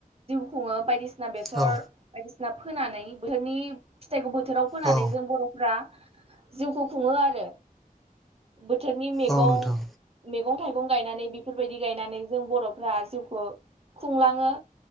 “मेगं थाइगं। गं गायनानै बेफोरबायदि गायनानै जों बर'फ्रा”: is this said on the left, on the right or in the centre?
Right